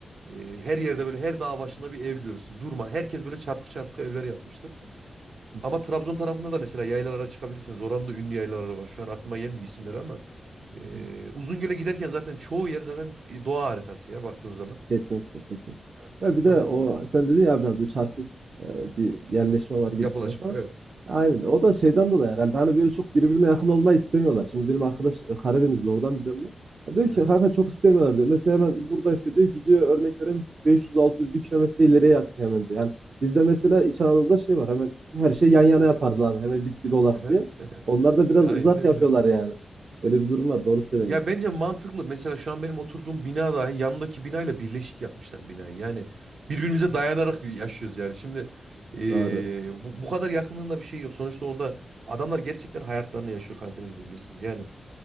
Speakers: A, on the right; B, on the right.
A: Ee, her yerde böyle her dağ başında bir ev görürsün. Durma. Herkes böyle çarpık çarpık evler yapmıştır.
B: Hı
A: Ama
B: hı.
A: Trabzon tarafında da mesela yaylalara çıkabilirsiniz. Oranın da ünlü yaylaları var. Şu an aklıma gelmiyor isimleri ama. Ee,
B: Hı hı.
A: Uzungöl'e giderken zaten çoğu yer zaten doğa harikası ya baktığın zaman.
B: Kesinlikle, kesinlikle. Ya bir de
A: Aynen
B: o
A: yani.
B: sen dedin ya abi, abi çarpık e, bir yerleşme var gibisinde
A: Yapılaşma
B: falan.
A: evet.
B: Aynen. O da şeyden dolayı herhalde. Hani böyle çok birbirine yakın olmayı istemiyorlar. Şimdi benim arkadaş e, Karadenizli oradan biliyorum ben. Ya diyor
A: Hı
B: ki
A: hı.
B: kanka çok istemiyorlar diyor. Mesela hemen buradaysa diyor gidiyor örnek vereyim 500-600 bir kilometre ileriye yapıyor hemen diyor. Yani bizde mesela İç Anadolu'da şey var hemen her şey yan yana yaparız abi. Hemen dip dibe olak
A: Evet.
B: diye. Onlar
A: <laughs>
B: da biraz
A: Aynen
B: uzak
A: öyle.
B: yapıyorlar yani. Öyle bir durum var. Doğru söylüyorsun
A: Ya
B: yani.
A: bence mantıklı. Mesela şu an benim oturduğum bina dahi yanındaki binayla birleşik yapmışlar binayı. Yani birbirimize dayanarak yaşıyoruz yani. Şimdi eee,
B: <laughs> Doğru.
A: bu, bu kadar yakınlığında bir şey yok. Sonuçta orada adamlar gerçekten hayatlarını yaşıyor Karadeniz bölgesinde. Yani